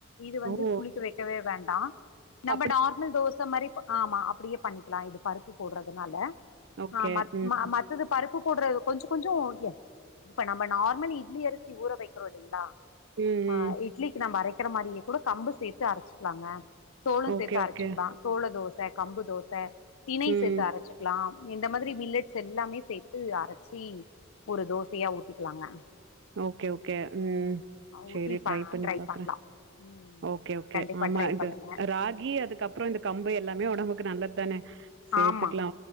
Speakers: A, on the left (about 85°); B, on the right (about 60°).
A: இது வந்து
B: ஓ
A: புளிக்க வைக்கவே வண் டா நம்ம
B: அப்படி
A: நார்மல் தோச மாரி ப ஆமா அப்படியே பண்ணிக் ள இது பருப்பு போட்றதுனால
B: ஓகே
A: ஆ மத்
B: ம்
A: ம மத்தது பருப் உப்பு போட்ற கொஞ்ச கொஞ்ச ஏ இப்ப நம்ம நார்மல் இட்லி அரிசி ஊற வெக்கிறோ இல்லிங்ளா
B: ம்
A: ஆஹ்
B: ம்
A: இட்லிக்கு நா மரைக் க்கிற மாரியே கூட கம்பு சேத்து அரச்சுக்லாங்க சோள
B: ஓகே
A: சேத்து
B: ஓகே
A: அரச்சிக்லா சோள தோ ப்ப கம்பு தோச திணை
B: ம்
A: சேர்த்து அரச்சுக்லாம் இந்த மாதிரி மில்லட்ஸ் எல்லாமே செய் த்து அரச்சி ஒரு தோசையா ஊத்திக்லாங்க
B: ஓகே ஓகே ம் சேரி
A: ஊத்தி ப
B: ட்ரை பண்ணி பாக்குற
A: பண்லா ம்
B: ஓகே ஓகே
A: கண்டிப்பா
B: ஆமா
A: ட்ரை
B: இது
A: பண்ணுங்க
B: ராகி அதுக்கப்ற இந்த கம்பு எல்லாமே ஒடம்புக் நல்ல தானே சேத்துக்கலா
A: ஆமா